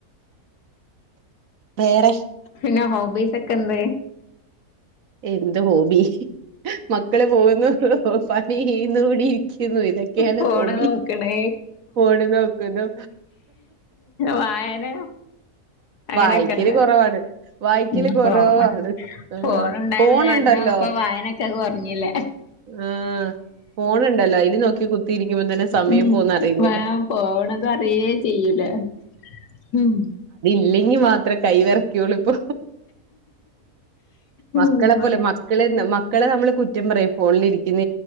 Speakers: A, on the right; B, on the left.
A: വേറെ
B: പിന്നെ ഹോബിസ് ഒക്കെ എന്ത്
A: എന്ത് ഹോബി മക്കള് പോകുന്നു പണി ചെയ്യുന്നു <unintelligible> ക്കെയാണ്
B: ഫോണ്
A: ഹോബി
B: നോക്കണ്
A: ഫോണ് നോക്കുന്നു
B: വായന അങ്ങനെയൊക്കെ
A: വായിക്കല്
B: ഇണ്ട
A: കൊറവാണ് വായിക്കല്
B: ഇപ്പൊ
A: കുറവാണ് ആ
B: ഫോൺ ഉണ്ടായത്
A: ഫോ ഫോണണ്ടല്ലോ
B: കാരണം ഇപ്പൊ വായനൊക്കെ കൊറഞ്ഞില്ലേ
A: ആ ഫോൺ ഉണ്ടല്ലോ അയില് നോക്കി കുത്തിയിരിക്കുമ്പോ തന്നെ സമയം
B: ഉം
A: പോന്ന അറിയുന്നില്ല
B: വേ പോവണത അറിയേ ചെയ്യൂലാ ഉം
A: ഇല്ലെങ്കി മാത്രമേ കൈ വിറക്കോള്ളൂ ഇപ്പൊ മക്കളെ
B: ഉം
A: പോലെ മക്കള മക്കളെ നമ്മള് കുറ്റം പറയും ഫോണിൽ ഇരിക്കുന്ന